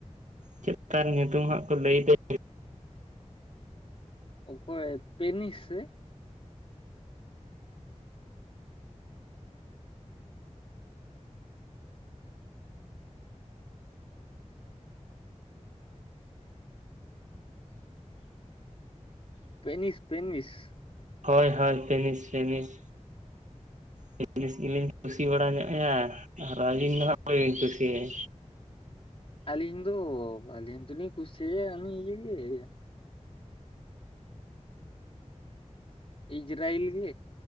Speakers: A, on the right; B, on the left.
A: ᱪᱮᱫ ᱛᱟᱱ ᱧᱩᱛᱩᱢ ᱦᱟᱸᱜ ᱠᱚ ᱞᱟᱹᱭ ᱛᱟᱭ
B: ᱚᱠᱚᱭ ᱯᱮᱱᱤᱥ ᱥᱮ? ᱯᱮᱱᱤᱥ ᱯᱮᱱᱤᱥ ᱾
A: ᱦᱳᱭ ᱦᱳᱭ ᱯᱮᱱᱤᱥ ᱯᱮᱱᱤᱥ᱾ ᱯᱮᱱᱤᱥ ᱜᱮᱞᱤᱧ ᱠᱩᱥᱤ ᱵᱟᱲᱟ ᱧᱚᱜ ᱟᱭᱟ, ᱟᱨ ᱟᱹᱵᱤᱱ ᱫᱚ ᱦᱟᱸᱜ ᱚᱠᱚᱭ ᱵᱤᱱ ᱠᱩᱥᱤᱭᱟᱭᱟ?
B: ᱟᱹᱞᱤᱧ ᱫᱚ ᱟᱹᱞᱤᱧ ᱫᱚᱞᱤᱧ ᱠᱩᱥᱤᱭᱟᱭᱟ ᱩᱱᱤ ᱤᱭᱟᱹ ᱜᱮ ᱤᱡᱽᱨᱟᱭᱤᱞ ᱜᱮ᱾